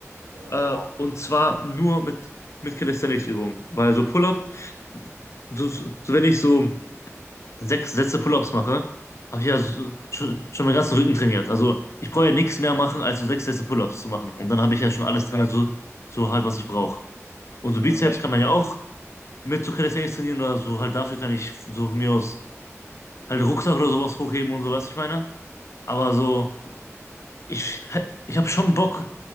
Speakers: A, on the right; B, on the left.
A: Ja,
B: Äh, Ja. und zwar nur mit, mit Calisthenics-Übungen. Weil so Pull-up, so, so wenn ich so sechs Sätze Pull-ups mache, habe ich ja so, schon, schon meinen ganzen Rücken trainiert. Also ich brauche ja nichts mehr machen, als so sechs Sätze Pull-ups zu machen. Und dann habe ich ja schon
A: ja,
B: alles drin, Ja, so, so halt, was ich brauche. Und so
A: ja.
B: Bizeps kann man ja auch mit so Calisthenics trainieren oder so halt dafür kann ich so von mir aus halt Rucksack oder sowas hochheben und so, was ich meine. Aber so, ich, ich habe schon Bock,